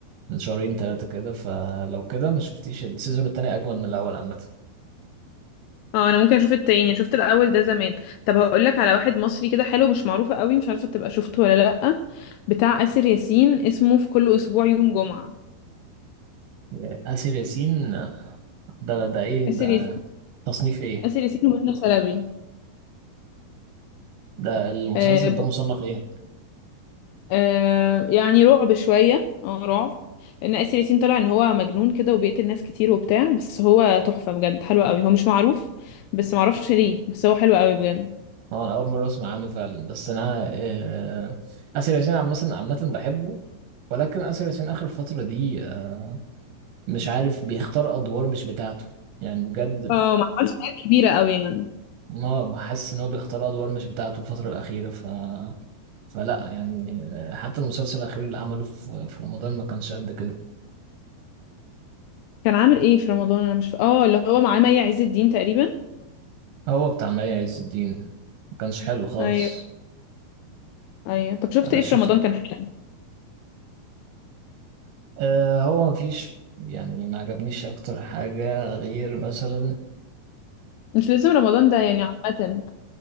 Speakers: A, on the right (about 70°); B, on the left (about 80°).
A: من شهرين ثلاثة كده فلو كده ما شفتيش السيزون التاني أجمل من الأول عامة
B: اه انا ممكن اشوف التاني شفت الاول ده زمان طب هقول لك على واحد مصري كده حلو مش معروفه قوي مش عارفه تبقى شفته ولا لا بتاع آسر ياسين اسمه في كل اسبوع يوم جمعه
A: آه، آسر ياسين ده ده إيه
B: آسر
A: ده
B: ياسين
A: تصنيف إيه
B: آسر ياسين ومنى شلبي
A: ده المسلسل
B: آه،
A: ده مصنف إيه
B: آه يعني رعب شوية اه رعب لأن آسر ياسين طلع إن هو مجنون كده وبيقتل ناس كتير وبتاع بس هو تحفة بجد حلو قوي هو مش معروف بس معرفش ليه بس هو حلو قوي بجد
A: هو أنا أول مرة أسمع عنه فعلا بس أنا آه، آه، آسر ياسين عامة عامة بحبه ولكن آسر ياسين آخر فترة دي آه، مش عارف بيختار أدوار مش بتاعته يعني بجد
B: اه ما عملش حاجات كبيرة قوي يعني
A: ما حاسس إن هو بيختار أدوار مش بتاعته الفترة الأخيرة ف فلا يعني آه، حتى المسلسل الأخير اللي عمله في في رمضان ما كانش قد كده
B: كان عامل ايه في رمضان أنا مش ف... اه اللي هو معاه مي عز الدين تقريبا
A: هو بتاع مي عز الدين ما كانش حلو خالص
B: أيوه أيوه طب شفت
A: انا
B: ايه
A: شفت
B: في رمضان كان حلو
A: آه هو مفيش يعني ما عجبنيش اكتر حاجة غير مثلا
B: مش لازم رمضان ده يعني عامة